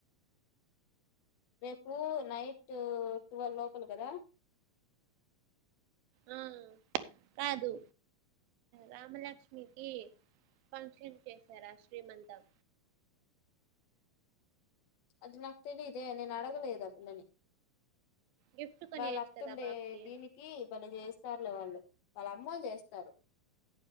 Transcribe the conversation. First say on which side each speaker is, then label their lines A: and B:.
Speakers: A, on the left; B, on the right.
A: రేపు నైటు టువెల్ లోపల కదా
B: ఆ కాదు రామలక్ష్మికి ఫంక్షన్ చేశారా శ్రీమంతం
A: అది నాకు తెలిదే నేను అడగలేదా పిల్లని
B: గిఫ్ట్ కొనియొచ్చు
A: వాళ్ళ అతుండే
B: కదా పాపకి
A: దీనికి వాళ్ళ జేస్ స్తారులే వాళ్ళు వాళ్ళ అమ్మోళ్లు చేస్తారు